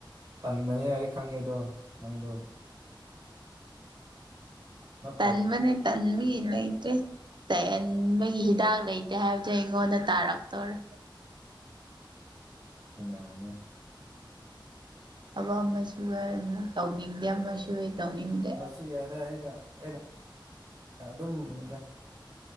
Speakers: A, on the right; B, on the right.
A: ꯇꯟꯕꯅꯦ ꯑꯩ ꯈꯪꯉꯦꯗꯣ ꯅꯪꯗꯣ ꯅꯠꯇ꯭ꯔꯣ
B: ꯇꯟꯕꯅꯦ ꯇꯟꯕꯒꯤ ꯂꯩꯇ꯭ꯔꯦ ꯇꯟꯕꯒꯤ ꯍꯤꯗꯥꯛ ꯂꯩꯇꯦ ꯀꯦ ꯍꯥꯏꯕꯗꯤ ꯑꯩꯉꯣꯟꯗ ꯇꯥꯔꯛꯇꯧꯔꯦ
A: ꯀꯅꯦ ꯍꯅꯦ
B: ꯊꯕꯛ ꯑꯃꯁꯨ ꯑꯣꯏ ꯑꯃꯨꯛ ꯇꯧꯅꯤꯡꯗꯦ ꯑꯃꯁꯨ ꯍ ꯇꯧꯅꯤꯡꯗꯦ
A: ꯨ ꯌꯥꯗꯦ ꯑꯩꯅ ꯑꯩꯅ ꯑꯗꯨꯝ ꯃꯤꯗ